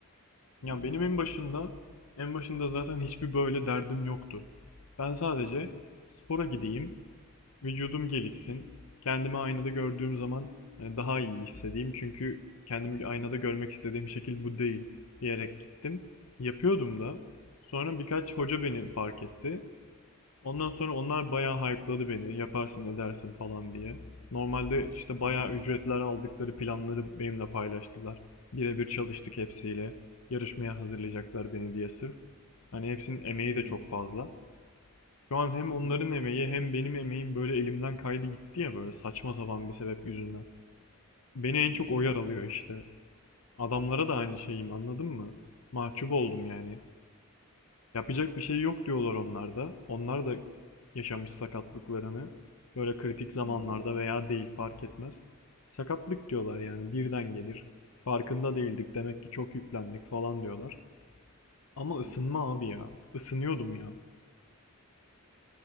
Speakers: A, on the right; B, on the left.
A: Bunun
B: Ya benim
A: farkına
B: en başında
A: var.
B: en başında zaten hiçbir böyle derdim yoktu. Ben sadece spora gideyim, vücudum gelişsin. Kendimi aynada gördüğüm zaman hani daha iyi hissedeyim. Çünkü kendimi
A: Hı hı.
B: aynada görmek istediğim şekil bu değil diyerek gittim. Yapıyordum da. Sonra birkaç hoca beni fark etti. Ondan sonra onlar bayağı hype'ladı beni. Yaparsın edersin falan diye. Normalde işte
A: Hı
B: bayağı
A: hı.
B: ücretler aldıkları planları benimle paylaştılar. Birebir çalıştık hepsiyle. Yarışmaya hazırlayacaklar beni diye sırf. Hani hepsinin emeği
A: Hı hı.
B: de çok fazla. Şu an hem
A: Hı
B: onların
A: hı.
B: emeği hem benim emeğim böyle elimden kaydı gitti ya böyle saçma sapan bir sebep yüzünden. Beni en
A: Hı
B: çok o yaralıyor işte. Adamlara da aynı şeyim anladın mı? Mahcup oldum yani. Yapacak bir şey yok diyorlar onlar da. Onlar da yaşamış sakatlıklarını böyle kritik zamanlarda
A: hı. hı,
B: veya değil fark etmez. Sakatlık diyorlar yani birden gelir. Farkında değildik demek ki çok yüklendik falan diyorlar. Ama
A: hı
B: ısınma abi ya. Isınıyordum ya.